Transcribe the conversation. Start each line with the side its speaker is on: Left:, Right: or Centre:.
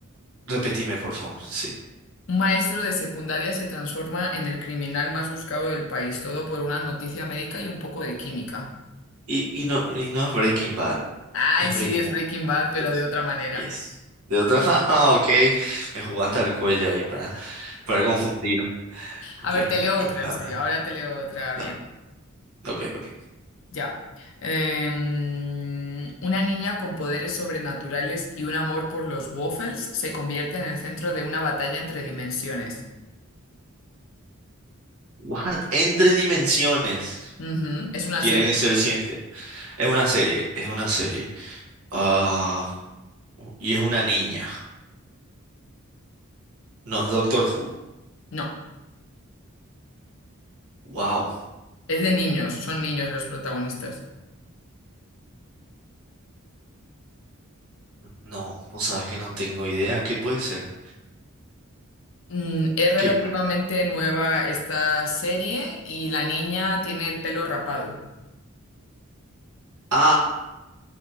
Right: Repetime, por favor, sí.
Left: un maestro de secundaria se transforma en el criminal más buscado del país, todo por una noticia médica y un poco de química.
Right: Y, y no, y no es Breaking Bad,
Left: Ay,
Right: es Breaking
Left: sí, es
Right: Bad.
Left: Breaking Bad, pero
Right: Yes,
Left: de otra manera.
Right: Yes. De otra, <laughs> ah, ok, me jugaste al cuello ahí para, para confundir. Ok,
Left: A ver,
Right: me,
Left: te leo
Right: me
Left: otra,
Right: encanta.
Left: en serio. Ahora te leo otra bien.
Right: Da- Ok, ok.
Left: Ya. Em, una niña con poderes sobrenaturales y un amor por los waffles se convierte en el centro de una batalla entre dimensiones.
Right: What? Entre dimensiones.
Left: Ujú, Es una
Right: Tiene
Left: serie.
Right: que ser ciencia. Es una serie, es una serie. Ah, y es una niña. No es Doctor Who.
Left: No,
Right: Wow.
Left: es de niños, son niños los protagonistas.
Right: No, vos sabés que no tengo idea. ¿Qué puede ser?
Left: Mm, es relativamente
Right: ¿Qué...
Left: nueva esta serie y la niña tiene el pelo rapado.
Right: Ah,